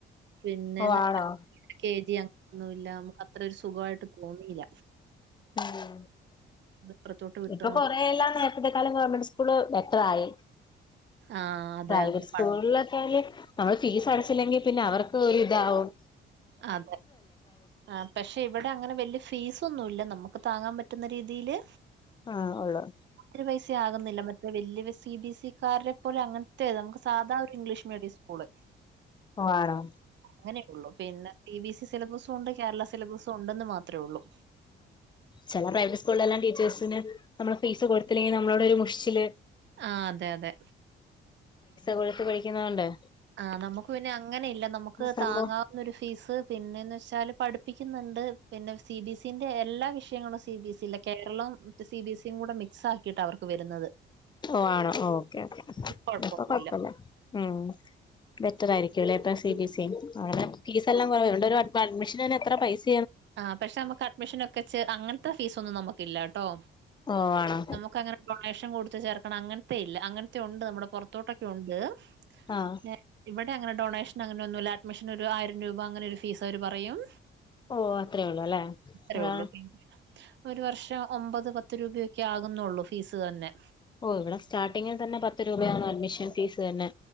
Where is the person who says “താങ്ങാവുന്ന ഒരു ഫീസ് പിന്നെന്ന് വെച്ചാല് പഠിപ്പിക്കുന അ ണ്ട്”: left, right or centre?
Right